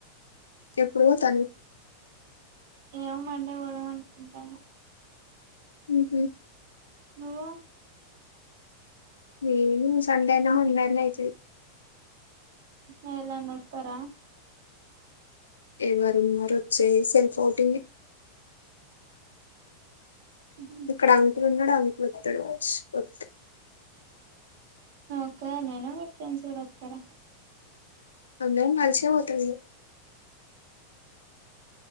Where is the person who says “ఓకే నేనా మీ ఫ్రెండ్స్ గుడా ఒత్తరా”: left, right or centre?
Right